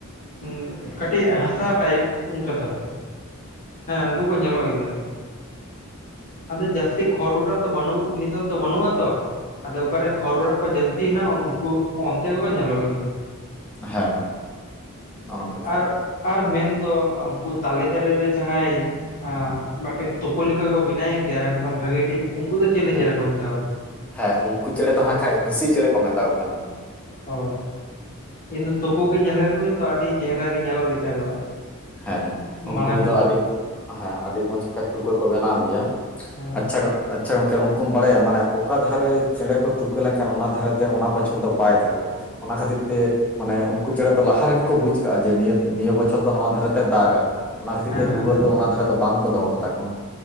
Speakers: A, on the left (about 35°); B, in the centre.
A: ᱦᱩᱸ ᱠᱟᱹᱴᱤᱡ ᱦᱟᱥᱟ ᱴᱟᱭᱤᱯ ᱚᱱᱠᱟ ᱫᱚ ᱦᱮᱸ ᱩᱱᱠᱩ ᱠᱚ ᱧᱮᱞᱚᱜ ᱜᱮᱭᱟ ᱛᱚ ᱟᱫᱚ ᱡᱟᱹᱥᱛᱤ ᱠᱷᱚᱲ ᱚᱨᱟ ᱫᱚ ᱵᱟᱹᱱᱩᱜ ᱱᱤᱛᱟᱨ ᱫᱚ ᱵᱟᱹᱱᱩᱜ-ᱟᱛᱚ ᱟᱫᱚ ᱚᱠᱟᱨᱮ ᱦᱚᱨᱚᱨᱟᱜ ᱠᱚ ᱡᱟᱹᱥᱛᱤ ᱦᱮᱱᱟᱜ-ᱟ ᱩᱱᱠᱩ ᱚᱱᱛᱮ ᱜᱮᱠᱚ ᱧᱮᱞᱚᱜ ᱜᱮᱭᱟ
B: ᱦᱮᱸ ᱱᱚᱜ-ᱱᱚᱝᱠᱟ
A: ᱟᱨ
B: ᱜᱮ
A: ᱟᱨ ᱢᱮᱱᱫᱚ ᱩᱱᱠᱩ ᱛᱟᱞᱮ ᱫᱟᱨᱮ ᱨᱮ ᱡᱟᱦᱟᱸᱭ ᱢᱤᱫᱴᱮᱱ ᱛᱩᱠᱳ ᱞᱮᱠᱟ ᱠᱚ ᱵᱮᱱᱟᱭ ᱜᱮᱭᱟ ᱮᱠᱫᱚᱢ ᱵᱷᱟᱹᱜᱤ ᱴᱷᱤᱠ ᱩᱱᱠᱩ ᱫᱚ ᱪᱮᱞᱮ
B: ᱦᱮᱸ
A: ᱪᱮᱬᱮ ᱠᱚ ᱢᱮᱛᱟᱣ ᱜᱮᱭᱟ?
B: ᱦᱮᱸ ᱩᱱᱠᱩ ᱪᱮᱬᱮ ᱫᱚ ᱦᱟᱸᱜ ᱠᱷᱟᱡ ᱦᱤᱸᱥᱤ ᱪᱮᱬᱮ ᱠᱚ ᱢᱮᱛᱟᱣ ᱠᱚ ᱠᱟᱱᱟ᱾
A: ᱚ ᱤᱧ ᱫᱚ ᱛᱩᱠᱩ ᱜᱤᱧ ᱧᱮᱞ ᱠᱟᱠᱚᱣᱟᱧ ᱛᱚ ᱟᱹᱰᱤ ᱪᱮᱦᱨᱟ ᱜᱮ ᱧᱮᱞᱚᱜ ᱜᱮᱛᱟ ᱠᱚᱣᱟ᱾
B: ᱦᱮᱸ
A: ᱢᱟᱲᱟᱝ
B: ᱩᱱᱠᱩ ᱫᱚ
A: ᱩᱛᱟᱹᱨ
B: ᱟᱹᱰᱤ ᱦᱮᱸ ᱟᱹᱰᱤ ᱢᱚᱸᱡᱽᱠᱷᱟᱡ ᱛᱩᱠᱟᱹ ᱠᱚ ᱵᱮᱱᱟᱣ ᱜᱮᱭᱟ᱾
A: ᱦᱮᱸ
B: ᱟᱪᱪᱷᱟ ᱟᱪᱪᱷᱟ ᱜᱚᱝᱠᱮ ᱩᱱᱠᱩᱢ ᱵᱟᱲᱟᱭᱟ ᱢᱟᱱᱮ ᱚᱠᱟ ᱫᱷᱟᱨᱮ ᱪᱮᱬᱮ ᱠᱚ ᱛᱩᱠᱟᱹ ᱞᱮᱱᱠᱷᱟᱱ ᱚᱱᱟ ᱫᱷᱟᱨᱮᱛᱮ ᱚᱱᱟ ᱵᱚᱪᱷᱚᱨ ᱫᱚ ᱵᱟᱭ ᱫᱟᱜᱟ ᱚᱱᱟ ᱠᱷᱟᱹᱛᱤᱨ ᱛᱮ ᱢᱟᱱᱮ ᱩᱱᱠᱩ ᱪᱮᱬᱮ ᱫᱚ ᱞᱟᱦᱟ ᱨᱮᱜᱮ ᱠᱚ ᱵᱩᱡ ᱠᱟᱜᱼᱟ ᱡᱮ ᱱᱤᱭᱟᱹ ᱱᱤᱭᱟᱹ ᱵᱚᱪᱷᱚᱨ ᱫᱚ ᱱᱚᱣᱟ ᱫᱷᱟᱨᱮ ᱫᱟᱜᱟᱭ ᱚᱱᱟ ᱠᱷᱟᱹᱛᱤᱨ
A: ᱦᱮᱸ
B: ᱛᱮ
A: ᱦᱮᱸ
B: ᱫᱩᱣᱟᱹᱨ ᱫᱚ ᱚᱱᱟ ᱫᱷᱟᱨᱮ ᱫᱚ ᱵᱟᱝ ᱠᱚ ᱫᱚᱦᱚ ᱠᱟᱛᱟ ᱠᱚᱣᱟ᱾